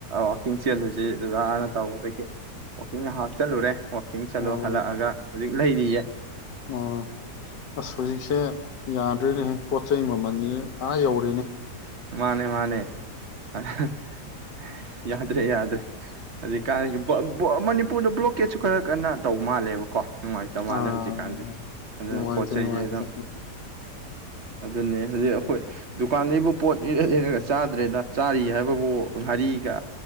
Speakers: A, on the right; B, on the left.
A: ꯋꯥꯛꯀꯤꯡ ꯆꯦꯜꯂꯨꯁꯤ ꯖꯅ ꯇꯧꯕꯗꯒꯤ ꯋꯥꯛꯀꯤꯡ ꯍꯥꯞꯆꯜꯂꯨꯔꯦ ꯋꯥꯀꯤꯡꯁꯂꯣ
B: ꯑꯣ
A: ꯍꯜꯂꯛꯑꯒ ꯍꯧꯖꯤꯛ ꯂꯩꯔꯤꯌꯦ
B: ꯑꯣ ꯑꯁ ꯍꯧꯖꯤꯛꯁꯦ ꯌꯥꯗ꯭ꯔꯦꯅꯦꯍꯦ ꯄꯣꯠ ꯆꯩꯩ ꯃꯃꯜꯁꯦ ꯑꯥ ꯌꯧꯔꯦꯅꯦ
A: ꯃꯥꯅꯦ ꯃꯥꯅꯦ ꯑ <unintelligible> ꯌꯥꯗ꯭ꯔꯦ ꯌꯥꯗ꯭ꯔꯦ ꯍꯨꯖꯤꯛꯀꯥꯟꯒꯤ ꯃꯅꯤꯄꯨꯔꯗ ꯕ꯭ꯂꯣꯀꯦꯠꯁꯨ ꯈꯔ ꯀꯟꯅ ꯇꯧ ꯃꯥꯜꯂꯦꯕꯀꯣ ꯅꯨꯡꯉꯥꯏꯇꯕ ꯃꯥꯜꯂꯦ
B: ꯑꯥ
A: ꯍꯧꯖꯤꯛꯀꯥꯟꯁꯦ ꯑꯗꯨꯅ
B: ꯅꯨꯡꯉꯥꯏꯇꯦ
A: ꯄꯣꯠ ꯆꯩꯁꯦ
B: ꯅꯨꯡꯉꯥꯏꯇꯦ
A: ꯑꯗꯨꯝ ꯑꯗꯨꯅꯦ ꯍꯧꯖꯤꯛ ꯑꯩꯈꯣꯏ ꯗꯨꯀꯥꯟꯗꯩꯕꯨ ꯄꯣꯠ ꯏꯔ ꯏꯔꯒ <unintelligible> ꯆꯥꯗ꯭ꯔꯦꯗ ꯆꯥꯔꯤ ꯍꯥꯏꯕꯕꯨ ꯉꯥꯔꯤꯒ